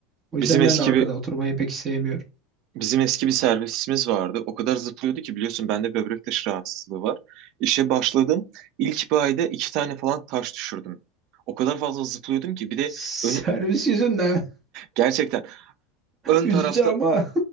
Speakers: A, on the right (about 30°); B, on the right (about 45°).
A: O yüzden
B: Bizim eski
A: ben de arkada
B: bir
A: oturmayı pek sevmiyorum.
B: bizim eski bir servisimiz vardı. O kadar zıplıyordu ki biliyorsun bende böbrek taşı rahatsızlığı var. İşe başladım. İlk bir ayda iki tane falan taş düşürdüm. O kadar fazla zıplıyordum ki bir de
A: Servis
B: önü
A: yüzünden
B: gerçekten ön
A: <laughs> üzücü
B: tarafta
A: ama